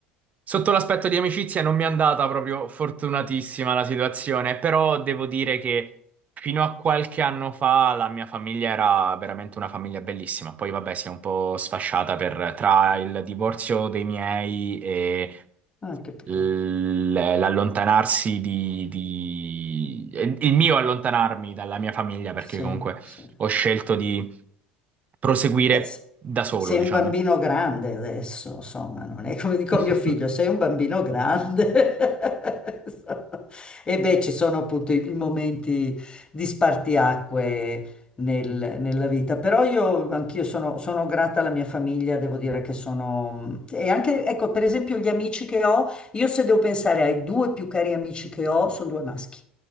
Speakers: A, on the right (about 35°); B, on the left (about 25°).
A: sotto l'aspetto di amicizia non mi è andata proprio fortunatissima la situazione, però devo dire che fino a qualche anno fa la mia famiglia era veramente una famiglia bellissima. Poi vabbè, si è un po' sfasciata per, tra il divorzio dei miei e
B: Ah, che peccato.
A: l- l'allontanarsi di, di- il mio allontanarmi dalla mia famiglia perché
B: Sì,
A: comunque
B: sì.
A: ho scelto di proseguire
B: Beh, se-
A: da solo,
B: sei
A: diciamo.
B: un bambino grande adesso, insomma, non è come dico
A: <laughs>
B: a mio figlio, sei un bambino grande. <laughs> E beh, ci sono appunto i i momenti di spartiacque nel- nella vita, però io anch'io sono, sono grata alla mia famiglia, devo dire che sono... E anche, ecco, per esempio gli amici che ho, io se devo pensare ai due più cari amici che ho, sono due maschi